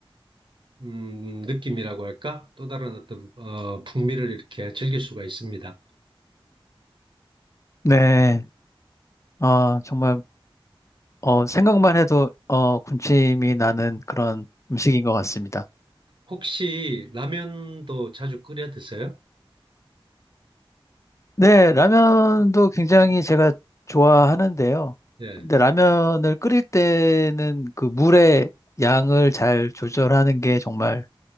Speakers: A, on the right; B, on the left.
A: 음, 느낌이라고 할까? 또 다른 어떤 어, 풍미를 이렇게 즐길 수가 있습니다.
B: 네. 아, 정말, 어, 생각만 해도, 어, 군침이 나는 그런 음식인 것 같습니다.
A: 혹시 라면도 자주 끓여 드세요?
B: 네, 라면도 굉장히 제가 좋아하는데요.
A: 예.
B: 근데 라면을 끓일 때는 그 물의 양을 잘 조절하는 게 정말